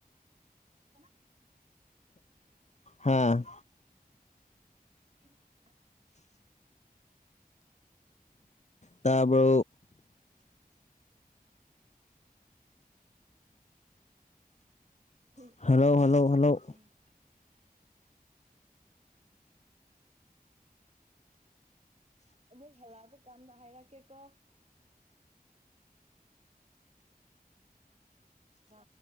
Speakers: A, on the right; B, on the left.
A: ꯀꯅꯥ
B: ꯍꯥꯥ
A: <inaudible>
B: ꯇꯥꯔꯕ
A: <inaudible> ꯎꯝ
B: ꯍꯜꯂꯣ ꯍꯜꯂꯣ ꯍꯜꯂꯣ
A: ꯎꯝ ꯑꯃꯨꯛ ꯍꯂꯛꯑꯄ ꯀꯥꯟꯗ ꯍꯥꯏꯔꯛꯀꯦꯀꯣ ꯇ